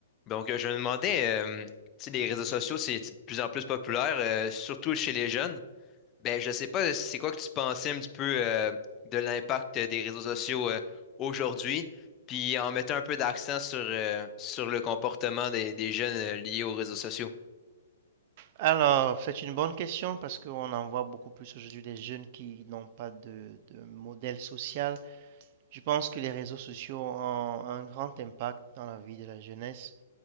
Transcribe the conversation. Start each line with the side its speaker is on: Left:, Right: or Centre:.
Left: Donc, euh, je me demandais, euh, tu sais, les réseaux sociaux, c'est de plus en plus populaire, euh, surtout chez les jeunes. Ben, je sais pas, c'est quoi que tu pensais un petit peu euh, de l'impact des réseaux sociaux euh, aujourd'hui, puis en mettant un peu d'accent sur, euh, sur le comportement des, des jeunes euh, liés aux réseaux sociaux.
Right: Alors, c'est une bonne question parce qu'on en voit beaucoup plus aujourd'hui des jeunes qui n'ont pas de, de modèle social. Je pense que les réseaux sociaux ont un grand impact dans la vie de la jeunesse,